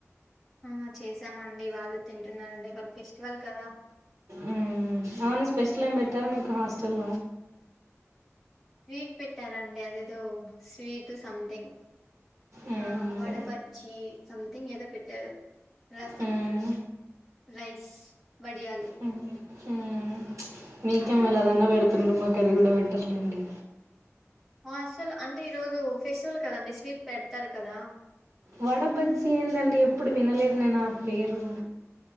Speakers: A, in the centre; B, on the right (about 80°).
A: ఆ చేశామండి వాళ్ళు తింటున్నరంట వాళ ఫెస్టివల్ కదా
B: మ్మ్, అవును స్పెషల్ ఏం పెట్టారు మీకు హాస్టల్
A: స్వీట్ పెట్టారాండి అదేదో స్వీటు సంథింగ్
B: మ్మ్,
A: ఆ వడ బజ్జీ సంథంగ్ ఏదో పెట్టారు రసం
B: మ్మ్,
A: రైస్ వడియాలు
B: మ్మ్, మ్మ్. మీకేం అలాగాన పెడుతుండ్ర మాకు అది కూడా పెట్టర్లేండి
A: అస్సలు అంటే ఈ రోజు ఫెస్టివల్ కదండి స్వీట్ పెడతారు కదా
B: వడబజ్జి ఏందండి ఎప్పుడు వినలేదు నేను ఆ పేరు